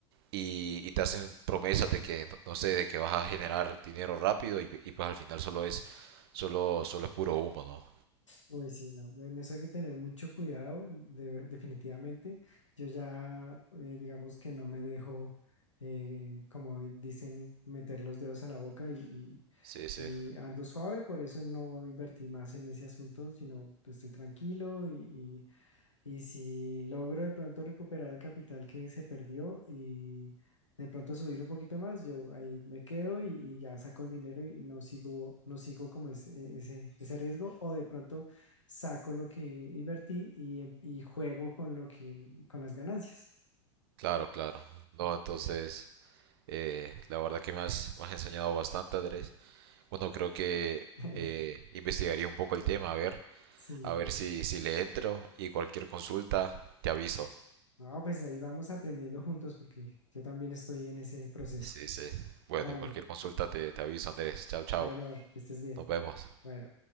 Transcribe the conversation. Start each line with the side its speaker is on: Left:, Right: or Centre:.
Right: y, y te hacen promesas de que, no no sé, de que vas a generar dinero rápido y, y pues al final solo es, solo, solo es puro humo, ¿no?
Left: Uy, sí, no, en eso hay que tener mucho cuidado, de- definitivamente. Yo ya, eh, digamos que no me dejo, eh, como dicen, meter los dedos a la boca y,
Right: Sí, sí,
Left: y- y ando suave, por eso no invertí más en ese asunto, sino pues, estoy tranquilo y y si logro de pronto recuperar el capital que se perdió y de pronto subir un poquito más, yo ahí me quedo y, y ya saco el dinero y no sigo, no sigo como ese, ese, ese riesgo. O de pronto saco lo que invertí y, em- y juego con lo que, con las ganancias.
Right: claro, claro. No, entonces, eh, la verdad que me has, me has enseñado bastante, Andrés. Bueno, creo que
Left: <laughs>
Right: eh, investigaría un poco el tema, a ver,
Left: Sí,
Right: a ver si, si le entro y cualquier consulta te aviso.
Left: no, pues ahí vamos aprendiendo juntos porque yo también estoy en ese proceso.
Right: Sí, sí. Bueno,
Left: Dale,
Right: cualquier consulta te, te aviso, Andrés. Chao, chao.
Left: bueno, que estés bien.
Right: Nos vemos.
Left: Bueno.